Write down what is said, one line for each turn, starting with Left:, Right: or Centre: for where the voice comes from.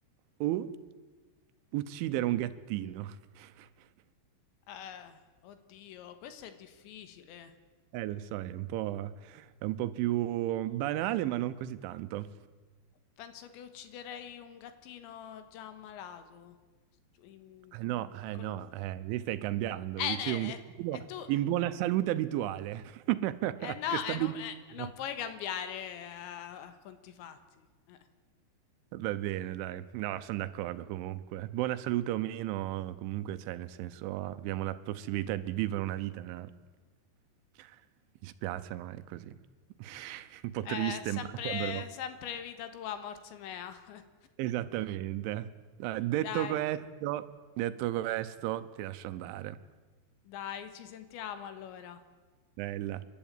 Right: o uccidere un gattino? <laughs>
Left: Eh, oddio, questo è difficile.
Right: Eh, lo so, è un po', è un po' più banale, ma non così tanto.
Left: Penso che ucciderei un gattino già ammalato. Su- in-
Right: Eh no, eh
Left: con
Right: no,
Left: un-
Right: eh, lì stai cambiando,
Left: Eh,
Right: uccidi
Left: ne-
Right: un gatto
Left: eh, eh, tu...
Right: in buona salute abituale, <laughs>
Left: Eh, no,
Right: che sta
Left: eh,
Right: benissimo.
Left: non, eh, non puoi cambiare eh, a conti fatti. Eh.
Right: Va bene, dai, no, sono d'accordo comunque. Buona salute o meno, comunque, cioè, nel senso, abbiamo la possibilità di vivere una vita, no? Mi dispiace, ma è così. <laughs> Un po' triste,
Left: Eh, sempre,
Right: macabro.
Left: sempre vita tua, morte mea. <laughs>
Right: Esattamente. Dai, detto
Left: Dai,
Right: questo, detto questo, ti lascio andare.
Left: dai, ci sentiamo allora.
Right: Bella.